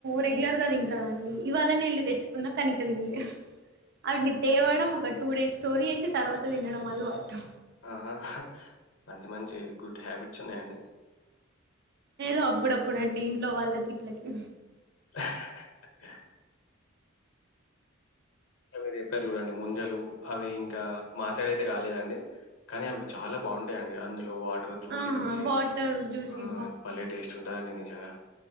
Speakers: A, on the right; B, on the left.
A: రెగ్యులర్ గా తింటానండీ ఇవాళనే వెళ్ళి తెచ్చుకున్నా కని ఇంక తిన్లె ఆటిని తేవడం ఒక టూ డేస్ స్టోరీ చేసి తర్వాత తినడం అలవాటు
B: ఆహా మంచి మంచి గుడ్ హ్యాబిట్స్ ఉన్నాయండి
A: ఏదో అప్పుడప్పుడండి ఇంట్లో వాళ్ళ తిట్లకి
B: అహ్ అహ్ హ ఇంకా మీరు చెప్పారు చూడండి ముంజలు అవి ఇంకా మా సైడ్ అయితే కాలేదండి కనీ అవి చాలా బాగుంటాయండి అందులో వా చూసి
A: ఆ
B: జూసి
A: వాటర్ జ్యూసి
B: ఆ భలే టేస్ట్ ఉంటాయండి నిజంగా